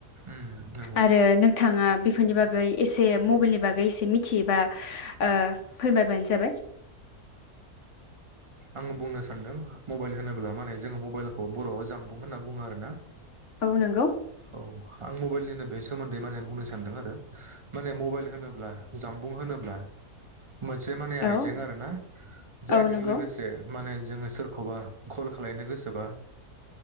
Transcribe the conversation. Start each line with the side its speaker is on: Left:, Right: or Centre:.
Right: उम नंगौ
Left: आरो नोंथांङा बेफोरनि बागै एसे मबाइलनि बागै एसे मिथियोबा ओ फोरमायबानो जाबाय
Right: आं बुंनो सान्दों मबाइल होनोब्ला माने जोङो मबाइलखौ बर'आव जामबुं होनना बुंङो आरोना
Left: औ नंगौ
Right: औ आं मबाइलनिनो बे सोमोन्दै माने बुंनो सानदों आरो माने मबाइल होनोब्ला जामबुं होनोब्ला मोनसे माने आइजें
Left: औ
Right: आरो ना जायजों
Left: औ नंगौ
Right: लोगोसे माने जोङो सोरखौबा कल खालायनो गोसोबा